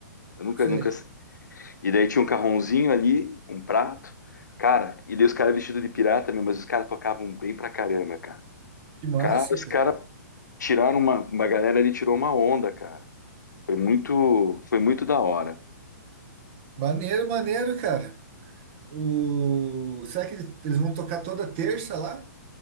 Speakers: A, on the left; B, on the right.
A: Eu nunca,
B: sei.
A: nunca. E daí tinha um carronzinho ali, um prato, cara. E daí os caras vestidos de pirata mesmo, mas os caras tocavam bem pra caramba, cara.
B: Que massa,
A: Cara, os
B: Pia.
A: caras tiraram uma, uma galera ali tirou uma onda, cara. Foi muito, foi muito da hora.
B: Maneiro, maneiro, cara. O... Será que ele- eles vão tocar toda terça lá?